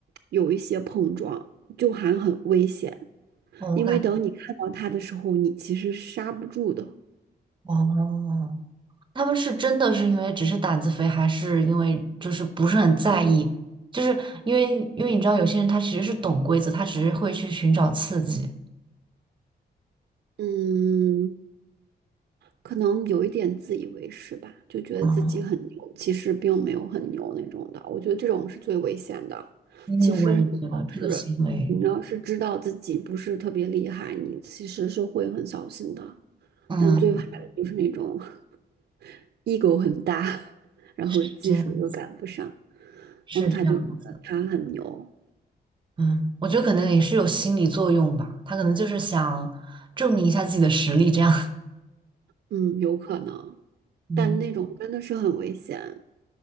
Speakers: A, on the right; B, on the right.
A: 有一些碰撞，就还很危险，
B: 哦我感
A: 因为等你看到他的时候，你其实刹不住的。
B: 哦，他们是真的是因为只是胆子肥，还是因为就是不是很在意？就是因为因为你知道有些人他其实是懂规则，他只是会去寻找刺激。
A: 嗯，可能有一点自以为是吧，就觉得自己很牛，
B: 啊，
A: 其实并没有很牛那种的。我觉得这种是最危险的。
B: 嗯，
A: 其实你要是你要是知道自己不是特别厉害，
B: 我也觉得这个行为，
A: 你其实是会很小心的。
B: 嗯，
A: 但最怕的就是那种 <laughs> ego 很大，然后技术又赶不上，
B: 是这样子，是这样子，
A: 然后他就觉得他很牛。
B: 嗯，我觉得可能也是有心理作用吧，他可能就是想证明一下自己的实力，这样，
A: 嗯，有可能，
B: <laughs> 嗯。
A: 但那种真的是很危险，